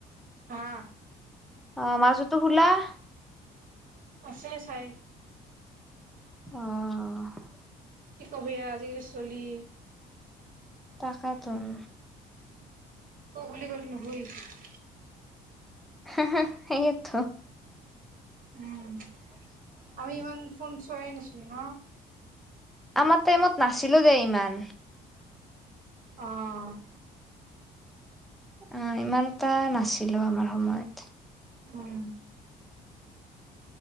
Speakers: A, on the right; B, in the centre.
A: হা
B: অ' মাজো তো শুলাক?
A: আছে চাই।
B: অ'।
A: কি কবি আজিকালিৰ ছলি।
B: তাকেত উম।
A: ত বুলি কৰি <unintelligible>
B: <unintelligible> সেয়েট।
A: উম, আমি ইমান ফোন চোৱাই নাছিলো ন।
B: আমাৰ টাইমত নাছিলো দেই ইমান।
A: অ'।
B: অ' ইমান এটা নাছিলো আমাৰ সময়ত।
A: উম।